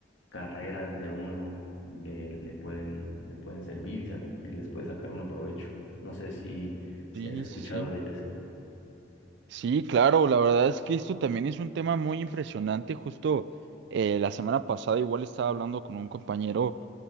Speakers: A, on the left; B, on the right.
A: carreras de uno, le, le pueden, le pueden servir y, sa- y les puede sacar uno provecho. No sé si, si
B: Sí,
A: has escuchado
B: sí, sí.
A: de ellas.
B: Sí, claro, la verdad es que esto también es un tema muy impresionante. Justo eh, la semana pasada igual estaba hablando con un compañero